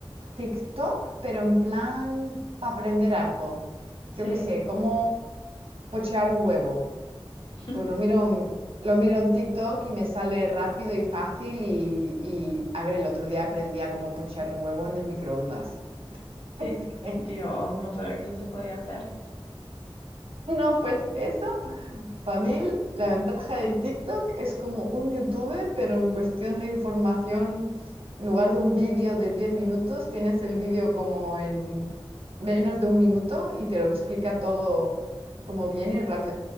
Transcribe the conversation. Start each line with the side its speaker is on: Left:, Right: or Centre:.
Right: TikTok, pero en plan para aprender algo.
Left: Sí,
Right: Yo qué sé, cómo pochear un huevo.
Left: <laughs>
Right: Pues lo miro en, lo miro en TikTok y me sale rápido y fácil y, y, a ver, el otro día aprendí a cómo pochar un huevo en el microondas.
Left: sí.
Right: <laughs> Es que,
Left: Dios, no sabía que eso se podía hacer.
Right: no, pues eso, para mí la ventaja de TikTok es como un YouTube, pero en cuestión de información, en lugar de un vídeo de 10 minutos, tienes el vídeo como en menos de un minuto y te lo explica todo como bien y rápido.